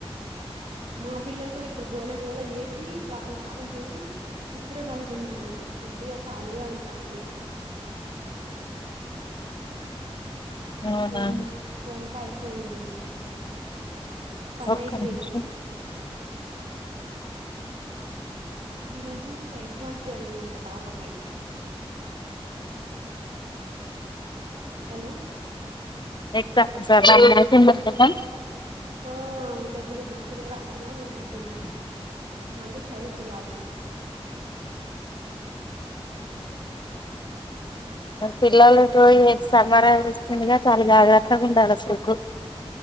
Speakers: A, on the left; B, on the right.
A: అ
B: మా పిల్లలు కూడా ఇప్పుడు గోళ గోళ చేసి ఆగం ఆగం చేసి ఇప్పుడే పడుకున్నారు కొద్దిగా ఖాళీగా ఉన్నంతే
A: అవునా
B: ఒన్న్ వన్ అయిపోయింది పనైపోయింది
A: ఒక్క నిమిషం
B: ఈరోజు ఎగ్జామ్స్ జరిగినాయి అంట పాపకి హలో
A: ఎగ్జామ్స్ బాగా రాసిందంటనా
B: ఆ కొద్దిగా మంచిగనే రాసినా అని అంటుంది మళ్ళీ చదివిపియాలి
A: పిల్లలకు ఇగ సమ్మరా వస్తుందిగా చాలా జాగ్రత్తగా ఉండాలి అసలుకు